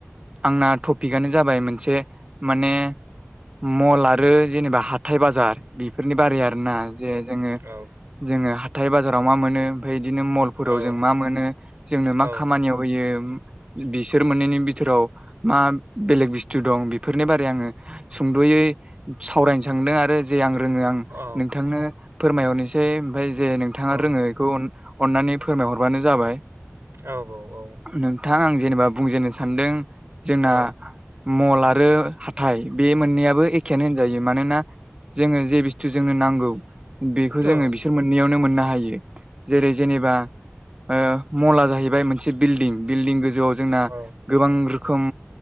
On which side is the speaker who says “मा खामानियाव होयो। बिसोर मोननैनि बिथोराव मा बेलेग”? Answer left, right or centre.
Right